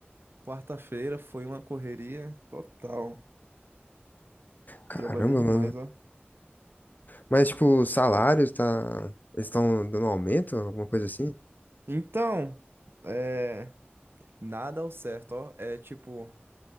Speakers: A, on the right; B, on the left.
A: quarta-feira foi uma correria total.
B: Caramba,
A: Trabalhei demais,
B: mano.
A: ó.
B: Mas, tipo, os salários, tá... Eles estão dando aumento, alguma coisa assim?
A: Então, é. Nada ao certo, ó. É tipo.